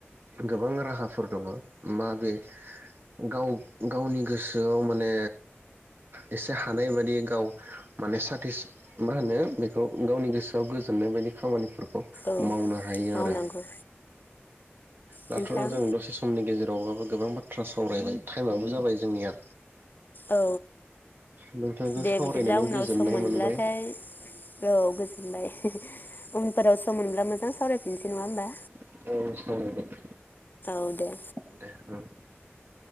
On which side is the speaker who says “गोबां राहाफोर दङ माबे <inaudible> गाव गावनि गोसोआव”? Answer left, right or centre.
Right